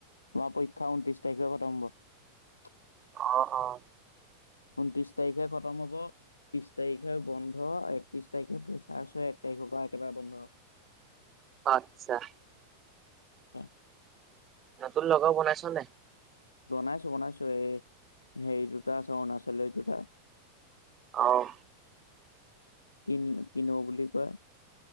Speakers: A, on the left; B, on the right.
A: তোমাৰ পৰীক্ষা ঊনত্ৰিশ তাৰিখে খতম হ'ব
B: অঁ অঁ
A: ঊনত্ৰিছ তাৰিখে খতম হ'ব ত্ৰিছ তাৰিখে বন্ধ একত্ৰিছ তাৰিখে ফেচাৰ্চ হয় এক তাৰিখৰ পৰা একেবাৰে বন্ধ
B: আতচ্ছা
A: এ
B: নতুন লগৰ বনাইছ নাই
A: বনাইছো বনাইছো এই হেৰি দুটা আছে অৰুণাচলিৰ দুটা
B: অঁ
A: কিন কিনো বুলি কয়